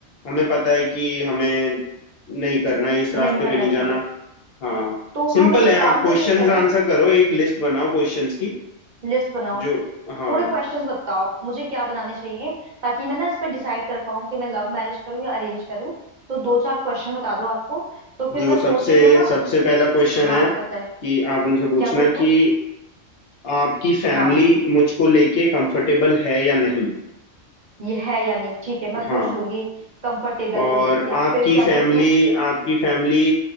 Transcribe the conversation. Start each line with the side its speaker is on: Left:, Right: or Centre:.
Left: हमें पता है कि हमें नहीं करना है इस रास्ते
Right: नहीं करना
Left: पे नहीं
Right: चाहिए
Left: जाना हाँ
Right: तो
Left: सिंपल
Right: हम एक
Left: है
Right: काम
Left: आप
Right: कर
Left: क्वेश्चंस
Right: सकते हैं
Left: आंसर
Right: ना
Left: करो एक लिस्ट बनाओ क्वेश्चंस की
Right: लिस्ट बनाओ
Left: जो हाँ
Right: थोड़े क्वेश्चंस बताओ आप, मुझे क्या बनाने चाहिए ताकि मैं ना इस पर डिसाइड कर पाऊँ कि मैं लव मैरिज करूँ या अरेंज करूँ तो दो चार क्वेश्चन बता दो आपको तो फिर
Left: देखो
Right: मैं
Left: सबसे
Right: सोच रही हूँ ना
Left: सबसे पहला क्वेश्चन
Right: हाँ
Left: है
Right: बताइए
Left: कि आप उनसे पूछना
Right: क्या पूछूं
Left: कि आपकी फैमिली
Right: हाँ
Left: मुझको लेके कंफर्टेबल है या नहीं
Right: ये है या नहीं ठीक है मैं
Left: हाँ
Right: पूछ लूंगी कंफर्ट टेबल
Left: और
Right: को लेके
Left: आपकी
Right: फिर क्या
Left: फैमिली
Right: पूछूं
Left: आपकी फैमिली